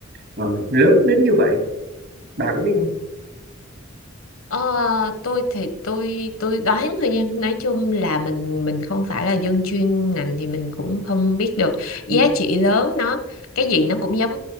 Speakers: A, on the right (about 55°); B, on the left (about 90°).
A: ờ, lớn đến như vậy bà có biết không
B: Ờ, tôi thì tôi tôi đoán thôi nha nói chung là mình mình không phải là dân chuyên ngành thì mình cũng không biết được giá
A: Ừ,
B: trị lớn nó cái gì nó cũng giống